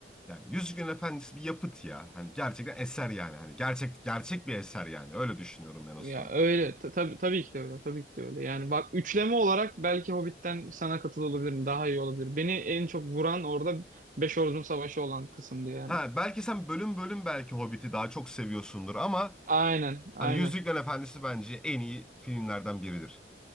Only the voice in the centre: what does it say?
yani Yüzüklerin Efendisi bir yapıt ya. Hani gerçekten eser yani. Hani gerçek gerçek bir eser yani. Öyle düşünüyorum ben Osman.
Ha belki sen bölüm bölüm belki Hobbit'i daha çok seviyorsundur ama
hani Yüzüklerin Efendisi bence en iyi filmlerden biridir.